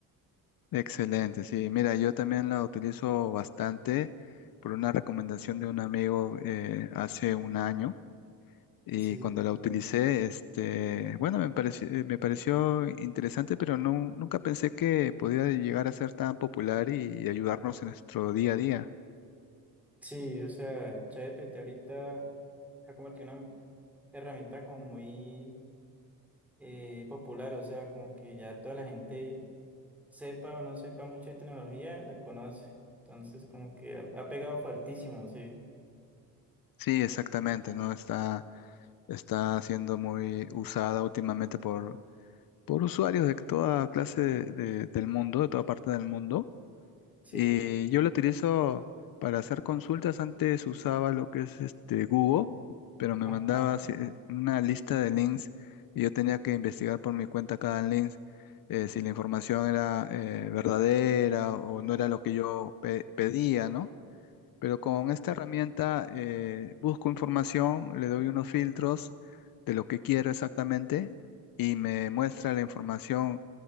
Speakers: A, on the left (about 65°); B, in the centre.
A: Excelente, sí. Mira, yo también la utilizo bastante por una recomendación de un amigo eh, hace un año. Y
B: Sí.
A: cuando la utilicé, este, bueno, me pareció, me pareció interesante, pero no, nunca pensé que podía llegar a ser tan popular y, ayudarnos en nuestro día a día.
B: Sí, o sea, ChatGPT ahorita se ha convertido en una herramienta como muy eh, popular, o sea, como que ya toda la gente sepa o no sepa mucho de tecnología, la conoce. Entonces, como que ha, ha pegado fuertísimo, sí,
A: Sí, exactamente, ¿no? Está, está siendo muy usada últimamente por, por usuarios de toda clase de- de- del mundo, de toda parte del mundo.
B: sí,
A: Y yo lo utilizo para hacer consultas. Antes usaba lo que es este Google, pero me
B: ajá.
A: mandaba así, eh, una lista de links y yo tenía que investigar por mi cuenta cada link eh, si la información era eh, verdadera o no era lo que yo pe- pedía, ¿no? Pero con esta herramienta eh, busco información, le doy unos filtros de lo que quiero exactamente y me muestra la información